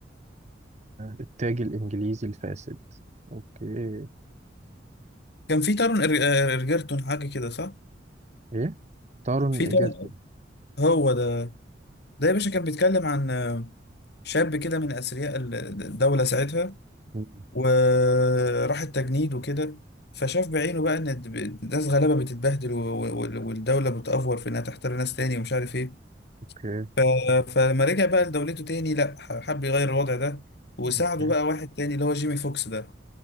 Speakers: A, on the right; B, on the left.
A: التاج الانجليزي الفاسد اوكي
B: كان في تارون إر- إرجرتون حاجه كده صح
A: ايه تارون
B: في
A: ايجرتون
B: تارون هو ده ده يا باشا كان بيتكلم عن آه، شاب كده من أثرياء ال- الدولة ساعتها
A: مم.
B: وراح التجنيد وكده فشاف بعينه بقى إن الد- ناس غلابة بتتبهدل و- و- والدولة بتأفور في إنها تحتار ناس تاني ومش عارف إيه
A: اوكي
B: ف- فلما رجع بقى لدولته تاني لأ حب يغير الوضع ده وساعده
A: اوكي
B: بقى واحد تاني اللي هو جيمي فوكس ده